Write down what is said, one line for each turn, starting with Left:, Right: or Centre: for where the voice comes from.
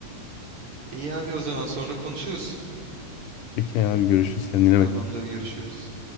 Right: İyi abi o zaman sonra konuşuruz.
Left: Peki abi görüşürüz kendine
Right: Tamamdır
Left: bak.
Right: görüşürüz.